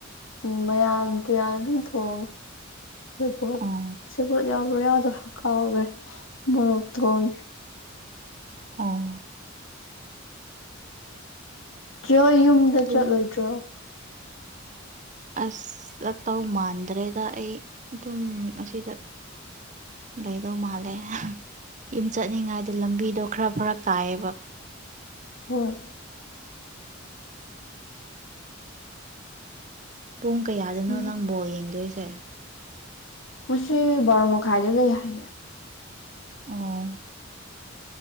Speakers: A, on the left; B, on the right.
A: ꯎꯝ ꯃꯌꯥꯟ ꯇꯨꯌꯥꯟ ꯑꯗꯨꯝ ꯊꯣꯡꯉꯦ ꯁꯦꯕꯣꯠ
B: ꯑꯣ
A: ꯁꯦꯕꯣꯠ ꯌꯥꯎꯕꯔ ꯌꯥꯎꯗꯕꯔ ꯀꯥꯎꯒ꯭ꯔꯦ ꯃꯔꯣꯛ ꯊꯣꯡꯉꯦ
B: ꯑꯣ
A: ꯆꯦꯍꯣꯏ ꯌꯨꯝꯗ
B: ꯄꯨꯡ
A: ꯆꯠꯂꯣꯏꯗ꯭ꯔꯣ
B: ꯑꯁ ꯆꯠꯇꯧ ꯃꯥꯟꯗ꯭ꯔꯦꯗ ꯑꯩ ꯑꯗꯨꯝ ꯑꯁꯤꯗ ꯂꯩꯗꯧ ꯃꯥꯜꯂꯦ ꯌꯨꯝ ꯆꯠꯅꯤꯡꯉꯥꯏꯗꯣ ꯂꯝꯕꯤꯗꯣ ꯈꯔ ꯐꯔꯛ ꯇꯥꯏꯌꯦꯕ
A: ꯍꯣꯏ
B: ꯄꯨꯡ ꯀꯌꯥꯗꯅꯣ
A: ꯎꯝ
B: ꯅꯪ ꯕꯣꯜ ꯌꯦꯡꯗꯣꯏꯁꯦ
A: ꯉꯁꯤ ꯕꯣꯔꯣ ꯃꯈꯥꯏꯗ ꯂꯩ ꯍꯥꯏꯌꯦ
B: ꯑꯣ